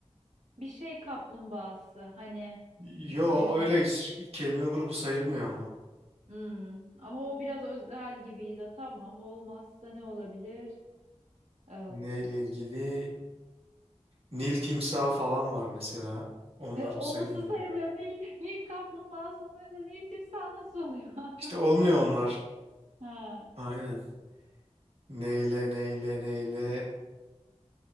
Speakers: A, on the right; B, on the right.
A: Bir şey kaplumbağası. Hani
B: Yo
A: Hani
B: öyle
A: hani.
B: s- kelime grubu sayılmıyor ama.
A: Hmm. Ama o biraz özel gibiydi. Tamam olmazsa ne olabilir? Ee,
B: Neyle ilgili? Nil timsahı falan var mesela. Onlar
A: e, o
B: sayılmıyor.
A: nasıl sayılıyor? Nil, Nil kaplumbağası olmuyor da Nil timsahı nasıl oluyor?
B: İşte olmuyor
A: <laughs>
B: onlar.
A: Ha,
B: Aynen. Neyle neyle neyle.